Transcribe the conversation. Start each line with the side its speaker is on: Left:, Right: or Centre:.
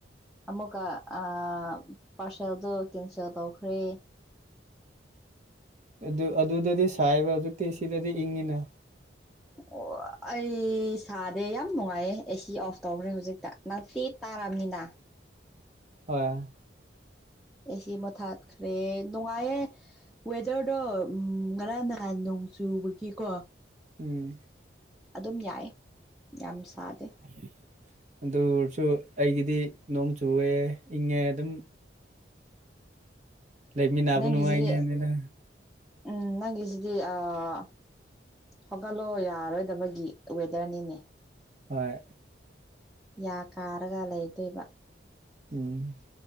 Centre: ꯑꯃꯨꯛꯀ ꯑꯥ ꯄꯥꯔꯁꯦꯜꯗꯣ ꯀꯦꯟꯁꯦꯜ ꯇꯧꯈ꯭ꯔꯦ
Right: ꯑꯗꯨ ꯑꯗꯨꯗꯗꯤ ꯁꯥꯏꯕ ꯍꯧꯖꯤꯛꯇꯤ ꯁꯤꯗꯗꯤ ꯏꯪꯉꯤꯅ
Centre: ꯑꯣ ꯑꯩ ꯁꯥꯗꯦ ꯌꯥꯝ ꯅꯨꯡꯉꯥꯏꯌꯦ ꯑꯦ ꯁꯤ ꯑꯣꯐ ꯇꯧꯈ꯭ꯔꯦ ꯍꯧꯖꯤꯛꯇ ꯅꯥꯄꯤ ꯇꯥꯔꯝꯅꯤꯅꯥ
Right: ꯍꯣꯏ
Centre: ꯑꯦꯁꯤ ꯃꯨꯠꯊꯠꯈ꯭ꯔꯦ ꯅꯨꯡꯉꯥꯏꯌꯦ ꯋꯦꯗꯔꯗꯣ ꯎꯝ ꯉꯔꯥꯡ ꯅꯍꯥꯟ ꯅꯣꯡ ꯆꯨꯕꯒꯤꯀꯣ
Right: ꯎꯝ
Centre: ꯑꯗꯨꯝ ꯌꯥꯏ ꯌꯥꯝ
Right: <unintelligible>
Centre: ꯁꯥꯗꯦ
Right: ꯑꯗꯨ ꯑꯣꯏꯔꯁꯨ ꯑꯩꯒꯤꯗꯤ ꯅꯣꯡ ꯆꯨꯑꯦ ꯏꯪꯉꯦ ꯑꯗꯨꯝ ꯂꯩꯃꯤꯟꯅꯕ
Centre: ꯅꯪꯒꯤꯁꯤ
Right: ꯅꯨꯡꯉꯥꯏꯅꯦ ꯑꯗꯨꯅ
Centre: ꯎꯝ ꯅꯪꯒꯤꯁꯤꯗꯤ ꯑꯥ ꯍꯧꯒꯠꯂꯣ ꯌꯥꯔꯣꯏꯗꯕꯒꯤ ꯋꯦꯗꯔꯅꯤꯅꯦ
Right: ꯍꯣꯏ
Centre: ꯌꯥ ꯀꯥꯔꯒ ꯂꯩꯗꯣꯏꯕ
Right: ꯎꯝ